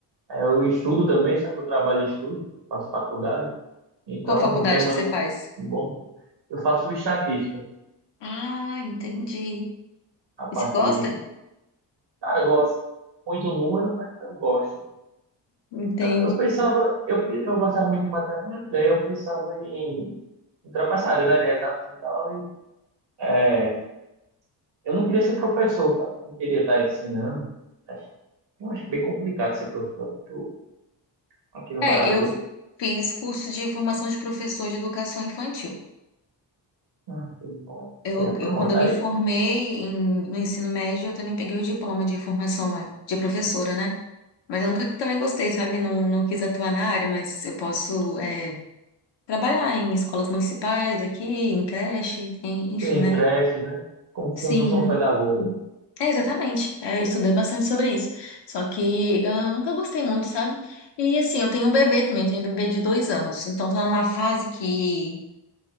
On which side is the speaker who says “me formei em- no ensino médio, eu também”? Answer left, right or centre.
Left